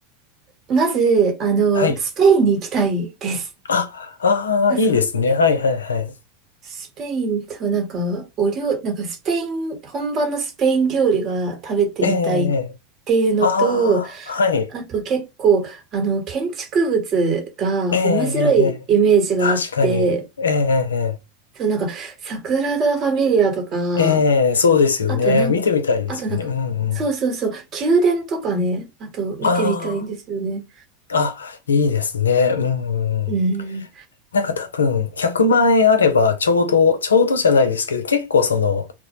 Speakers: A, on the right; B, on the left.
A: まず、あの、
B: はい。
A: スペインに行きたいです。
B: あ、ああ、
A: あ、
B: いいですね。
A: そう。
B: はいはいはい。
A: スペインと、なんか、お料、なんか、スペイン、本場のスペイン料理が食べてみたいっていうのと、
B: ええ、ええ。ああ、はい。
A: あと結構、あの、建築物が面白いイメージがあって、
B: ええ、ええ、ええ確かに。ええ、
A: そう、なんか、サグラダ・ファミリアとか、
B: ええ、ええ、そうですよね。
A: あとなん、
B: 見てみたいですよね。
A: あとなんか、
B: うんうん。
A: そうそうそう、宮殿とかね、あと見てみたいんですよね。
B: ああ、あ、いいですね。うんうん。
A: うん。
B: なんか多分、100万円あれば、ちょうど、ちょうどじゃないですけど、結構その、